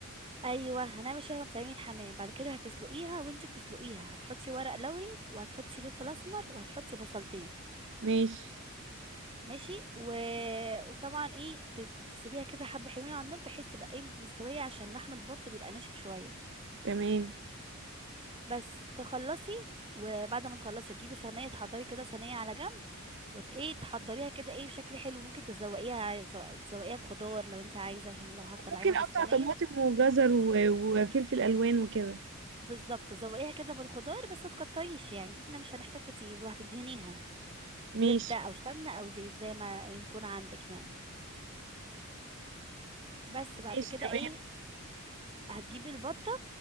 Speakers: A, on the right; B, on the right.
A: ايوه هنعمل شبه ما بتعملي الحمام بعد كده هتسلقيها وانتي بتسلقيها هتحطي ورق لوري وهتحطي فلفل اسمر وهتحطي بصلتين
B: ماشي
A: ماشي و... وطبعا ايه ت- تسيبيها كده حبه حلوين على النار بحيث تبقى ايه مستويه عشان لحم البط بيبقى ناشف شويه
B: تمام
A: بس تخلصي وبعد ما تخلصي تجيبي صينيه تحضري كده صينيه على جنب وت ايه تحضريها كده ايه بشكل حلو ممكن تزوقيها تزو- تزوقيها بخضار لو انت عايزه عشان لو هتطلعيها
B: ممكن
A: بالصينيه
B: اقطع طماطم وجزر و- وفلفل الوان وكده
A: بالظبط تزوقيها كده بالخضار بس ما تكتريش يعني احنا مش هنحتاج كتير وهتدهنيها زبده
B: ماشي
A: او سمنه او زيت زي ما يكون عندك يعني بس بعد
B: ماشي
A: كده
B: تمام
A: ايه هتجيبي البطه